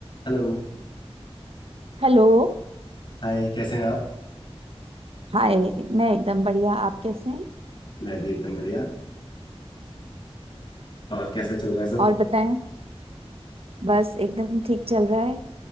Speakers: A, on the left; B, on the right.
A: Hello
B: हेलो
A: Hi कैसे हैं आप
B: हाय मैं एकदम बढ़िया आप कैसे हैं
A: मैं भी एकदम बढ़िया और कैसा चल रहा है सब
B: और बताएं बस एकदम ठीक चल रहा है